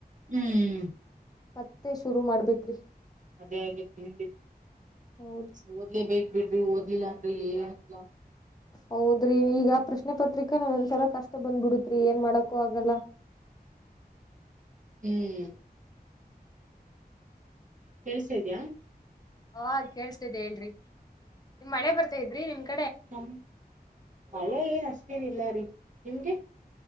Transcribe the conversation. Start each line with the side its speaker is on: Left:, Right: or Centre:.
Right: ಹ್ಮ್
Left: ಮತ್ತೆ ಶುರು ಮಾಡ್ಬೇಕೇ್ರಿ
Right: ಅದೇ ಅದೇ ಖ
Left: ಹೌದ್
Right: ಓದಲೇಬೇಕು ಹ್ಮ್ಮ್ಮ್ ಇಲ್ಲ ಅನ್ಏನು ಇಲ್ಲ
Left: ಹೌದ್ರಿ ಈಗ ಪ್ರಶ್ನೆ ಪತ್ರಿಕೆನ ಒಂದ್ಸಲ ಕಷ್ಟ ಬಂದ್ಬಿಡತ್ಿ ಏನ್ ಮಾಡಕು ಆಗಲ್ಲ
Right: ಹ್ಮ್ ಕೆಳ್ಸ ಇದ್ಯಾ
Left: ಹಾ ಕೇಳ್ಸ್ತೇಿದೆ ಹೇಳ್ರಿ ನಿಮ್ ಮಳೆ ಬರ್ತಾ ಇದ್ರಿ ನಿಮ್ಗೆ
Right: ನಮ ಮಳೆ ಏನಷ್ಟ ೇನಿಲ್ಲ ರೀ ನಿಮ್ಗೆ